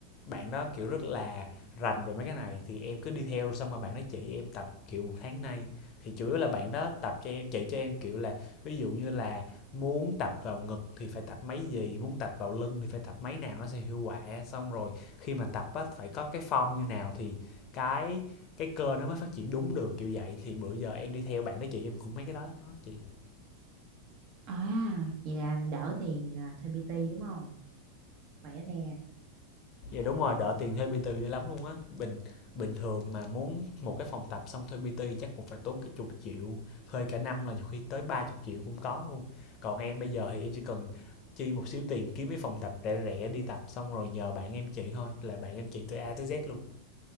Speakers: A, on the left (about 45°); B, on the right (about 50°).
A: bạn đó, kiểu, rất là rành về mấy cái này thì em cứ đi theo xong rồi bạn đó chỉ em tập, kiểu, một tháng nay. Thì chủ yếu là bạn đó tập cho em chỉ cho em, kiểu là, ví dụ như là muốn tập vào ngực thì phải tập mấy gì, muốn tập vào lưng thì phải tập mấy nào nó sẽ hiệu quả, xong rồi khi mà tập á phải có cái form như nào thì cái cái cơ nó mới phát triển đúng được, kiểu vậy. Thì bữa giờ em đi theo bạn đó chị em cũng mấy cái đó đó chị.
B: À vậy là đỡ tiền à, thuê PT đúng không? Khỏe ra.
A: dạ đúng rồi đỡ tiền thuê PT dữ lắm luôn á bình bình thường mà muốn một cái phòng tập xong thuê PT chắc cũng phải tốn cái chục triệu thuê cả năm là nhiều khi tới ba chục triệu cũng có luôn còn em bây giờ thì em chỉ cần chi một xíu tiền kiếm cái phòng tập rẻ rẻ đi tập xong rồi nhờ bạn em chị thôi là bạn em chị từ A tới Z luôn